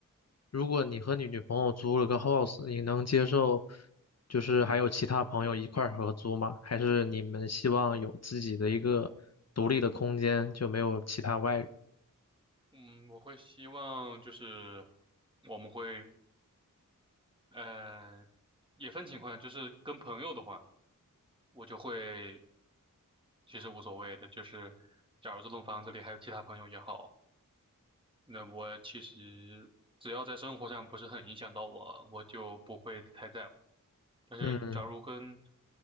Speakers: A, on the left; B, on the right.
A: 如果你和你女朋友租了个 house，你能接受就是还有其他朋友一块儿合租吗？还是你们希望有自己的一个独立的空间，就没有其他外人？
B: 嗯，我会希望就是我们会呃也分情况，就是跟朋友的话，我就会其实无所谓的，就是假如这栋房子里还有其他朋友也好，那我其实只要在生活上不是很影响到我，我就不会太在乎。但是假如跟
A: 嗯，